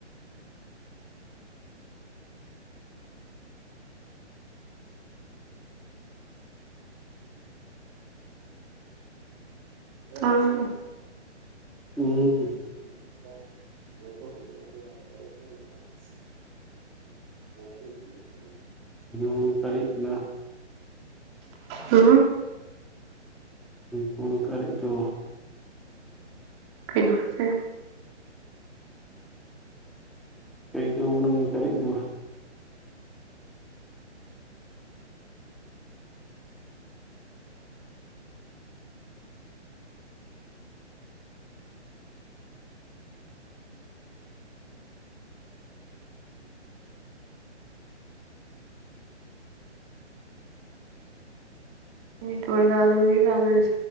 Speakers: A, on the right; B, in the centre.
A: ꯑꯥ
B: ꯎꯝ
A: <unintelligible> ꯃ
B: ꯎ ꯀꯔꯤꯅꯥ
A: ꯑ
B: ꯄꯨꯨꯜ ꯀꯔꯤꯩꯗ
A: ꯀꯩꯅꯣꯁꯦ
B: ꯀꯩꯗ ꯎꯅ ꯇꯔꯗ
A: ꯇꯅ ꯑꯣꯏꯔꯤ ꯀꯅꯔ